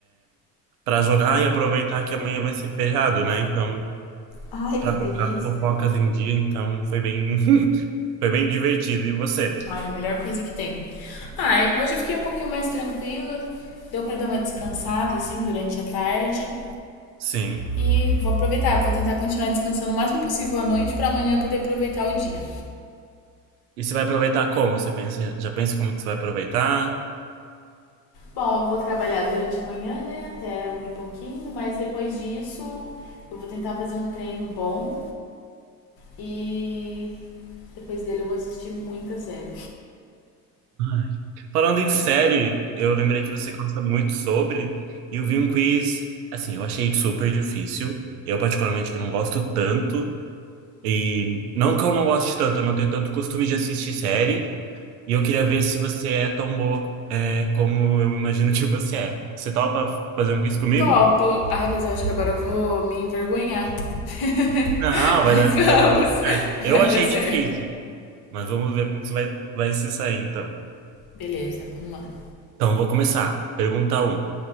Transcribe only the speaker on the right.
para jogar e aproveitar que amanhã vai ser feriado, né? Então,
para
colocar as fofocas em dia, então foi bem, <laughs> foi bem divertido. E você?
Sim.
E você vai aproveitar como? Você pensa, já pensa como que você vai aproveitar?
Ai. Falando em série, eu lembrei que você gosta muito sobre, e eu vi um quiz, assim, eu achei super difícil. Eu, particularmente, que não gosto tanto, e não que eu não goste tanto, eu não tenho tanto costume de assistir série, e eu queria ver se você é tão boa, é, como eu imagino que você é. Você topa fazer um quiz comigo?
Não, vai
dar,
vai dar tudo certo.
Eu achei
difícil, mas vamos ver como que você vai, vai se sair, então.
Então, vou começar. Pergunta um.